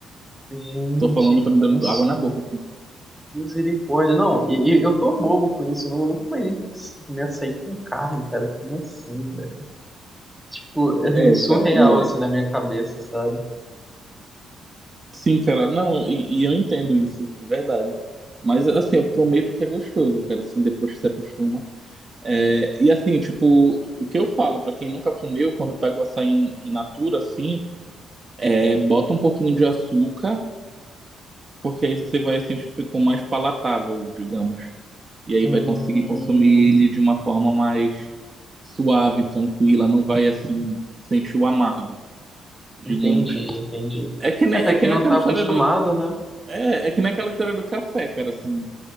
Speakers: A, in the centre; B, on the right.
A: Gente,
B: tô falando, tá me
A: como
B: dando
A: assim?
B: água na boca, assim.
A: Misericórdia. Não, e, e eu tô bobo com isso. Não, eu nunca imaginei comer açaí com carne, cara. Como assim, velho? Tipo, é muito
B: É,
A: surreal
B: cara, e é...
A: assim na minha cabeça, sabe?
B: Sim, cara, não, e, e eu entendo isso, de verdade. Mas, assim, eu prometo que é gostoso, cara, assim, depois que você acostuma. É, e, assim, tipo, o que eu falo pra quem nunca comeu, quando pega o açaí in in natura, assim, é bota um pouquinho de açúcar, porque aí você vai sentir que ficou mais palatável, digamos. E aí
A: Hum.
B: vai conseguir consumir ele de uma forma mais suave, tranquila, não vai assim sentir o amargo, digamos.
A: Entendi, entendi.
B: É que nem,
A: É, pra
B: é que
A: quem
B: nem
A: não
B: aquela
A: tá
B: história
A: acostumado,
B: do
A: né?
B: é, é que nem aquela história do café, cara, assim,